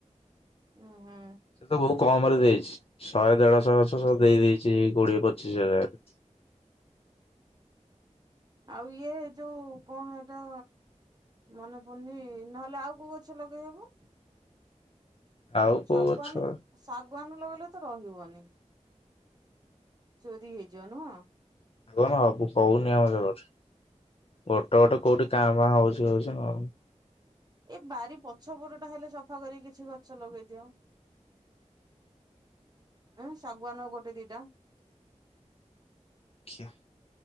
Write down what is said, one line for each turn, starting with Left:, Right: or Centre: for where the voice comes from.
Right: ଉଁ- ହୁଁ।
Left: ସେ ତ ବହୁ କମ୍ ରେ ଦେଇଛି ଶହେ ଦେଢଶହ ଗଛ, ସବୁ ଦେଇ ଦେଇଛି କୋଡିଏ ପଚିଶ ହଜାରରେ।
Right: ଆଉ ଇଏ ଯୋଉ କଣ ହେଇଟା ମନେ ପଡୁନି, ନହେଲେ ଆଉ କୋଉ ଗଛ ଲଗେଇ ହବ?
Left: ଆଉ କୋଉ
Right: ଶାଗୁଆନ,
Left: ଗଛ ହୁଁ
Right: ଶାଗୁଆନ ଲଗେଇଲେ ତ ରହିବନି ଚୋରି ହେଇ ଯିବ ନୁହଁ।
Left: ଶାଗୁଆନ <unintelligible> ହଉନି ଆମ ଜାଗାରେ, ଗୋଟେ ଗୋଟେ କୋଉଠି କାଁ ଭାଁ ହଉଛି ହଉଛି ନ
Right: ଏ ବାରି ପଛ ପଟଟା ହେଲେ ସଫା କରିକି କିଛି ଗଛ ଲଗେଇଦିଅ। ଉଁ ଶାଗୁଆନ ଗୋଟେ ଦିଟା।
Left: ଦେଖିଆ।